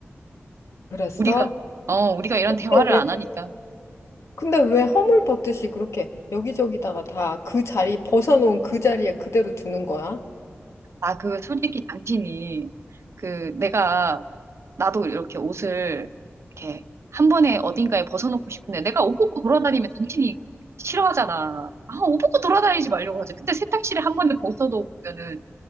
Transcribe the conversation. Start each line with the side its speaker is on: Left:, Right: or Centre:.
Left: 그랬어?
Right: 우리가 어, 우리가 이런
Left: 근데
Right: 대화를
Left: 왜,
Right: 안 하니까
Left: 근데 왜 허물 벗듯이 그렇게 여기저기다가 다 그 자리, 벗어놓은 그 자리에 그대로 두는 거야?
Right: 아, 그 솔직히 당신이 그 내가 나도 이렇게 옷을 이렇게 한 번에 어딘가에 벗어놓고 싶은데 내가 옷 벗고 돌아다니면 당신이 싫어하잖아. 아, 옷 벗고 돌아다니지 말려고 하지. 근데 세탁실에 한 번에 벗어놓으면은